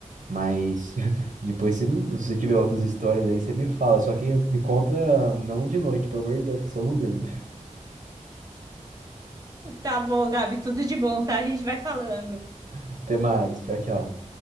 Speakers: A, on the right; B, on the right.
A: Mas <laughs> depois, se me- se você tiver outras histórias aí, você me fala. Só que me conta não de noite, pelo amor de Deus, que só não durmo.
B: Tá bom, Gabi, tudo de bom, tá? A gente vai falando.
A: <laughs> Até mais. Tchau, tchau.